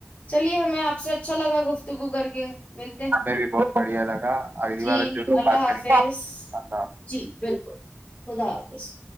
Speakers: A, on the left; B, on the right.
A: چلیے ہمیں آپ سے اچھا لگا گفتگو کر کے مل
B: ہمیں بھی بہت بڑی لگا اگلی
A: جی
B: بار ضرور
A: اللہ
B: بات
A: حافظ
B: کریں گے اللہ حافظ
A: جی بالکل خدا حافظ